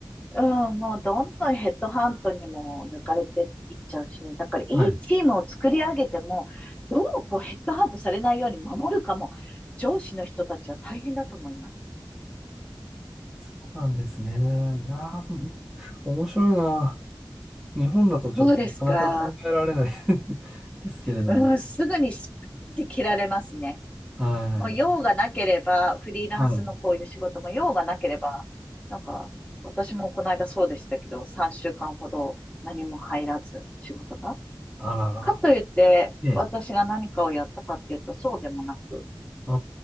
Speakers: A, on the left (about 15°); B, in the centre.
A: うん、もうどんどんヘッドハントにも抜かれていっちゃうしね。だからいいチームを作り上げても、
B: はい。
A: どうこうヘッドハントされないように守るかも、上司の人たちは大変だと思います。
B: そうなんですね。いや
A: うーん
B: ー、うん面白いな。日本だとちょっとなかなか考えられない
A: そうですか。
B: <laughs> ですけれども。
A: うん、すぐにスパッて切られますね。
B: は
A: もう用がなければ、
B: い。
A: フリーランスのこういう仕事も用がなければ、
B: はい。
A: なんか、私もこの間そうでしたけど、3週間ほど何も入らず、仕事が。
B: あらら。
A: かといって、
B: ええ。
A: 私が何かをやったかっていうと、そうでもなく、
B: あ